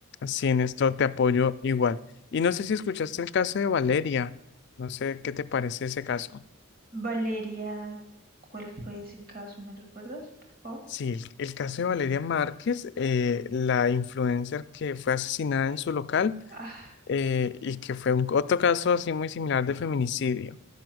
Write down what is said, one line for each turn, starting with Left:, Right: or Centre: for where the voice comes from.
Left: sí, en esto te apoyo igual. Y no sé si escuchaste el caso de Valeria, no sé qué te parece ese caso.
Right: Valeria, ¿cuál fue ese caso? ¿Me recuerdas, por favor?
Left: Sí, el, el caso de Valeria Márquez, eh, la influencer que fue asesinada en su local
Right: Ah,
Left: eh, y que fue un, otro caso así muy similar de feminicidio.